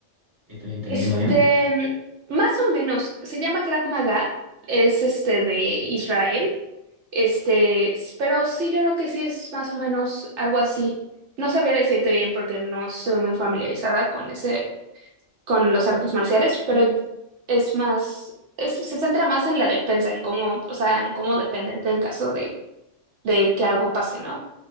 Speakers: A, on the right; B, on the right.
A: ¿Estoy entendiendo
B: Este,
A: bien?
B: más o menos, se llama Krav Maga, es este de Israel, este, s- pero sí, yo creo que sí es más o menos algo así. No sabía decirte bien porque no soy muy familiarizada con ese, con los artes marciales, pero es más, es- se centra más en la defensa, en cómo, o sea, en cómo defenderte en caso de, de que algo pase, ¿no?